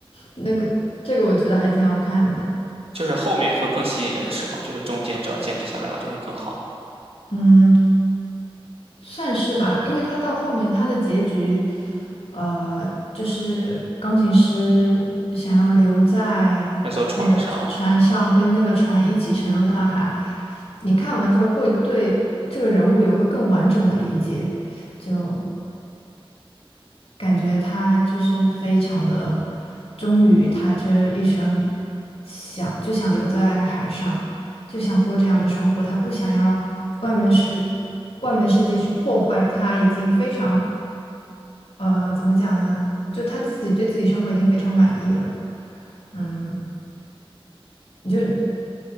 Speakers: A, on the left; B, on the right.
A: 那个，这个我觉得还挺好看的，
B: 就是后面会更吸引人，是吗？就是中间只要坚持下来了，就会更好。
A: 嗯，算是吧，因为他到后面他的结局，呃，就是钢琴师想要留在那个船上，
B: 那艘船上，
A: 跟那个船一起沉入大海，你看完之后会对这个人物有个更完整的理解，就感觉他就是非常的忠于他这一生想，就想留在海上，就想过这样的生活。他不想要外面的世，外面的世界去破坏他已经非常呃，怎么讲呢？就他自己对自己生活已经非常满意了。嗯，你就